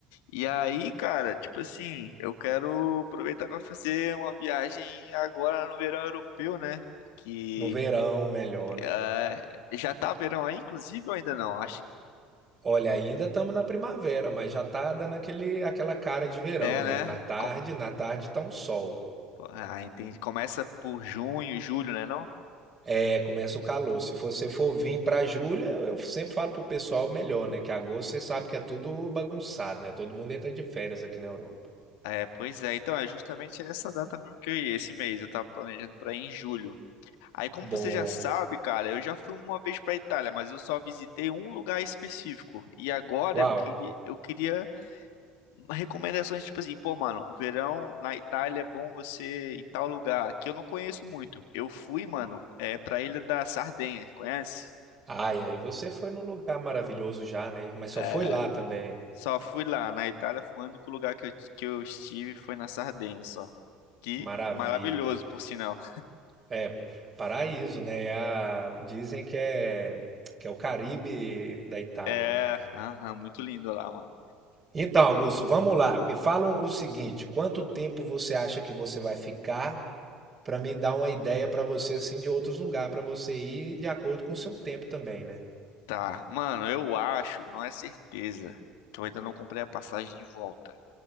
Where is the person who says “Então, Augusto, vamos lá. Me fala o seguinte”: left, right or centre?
Right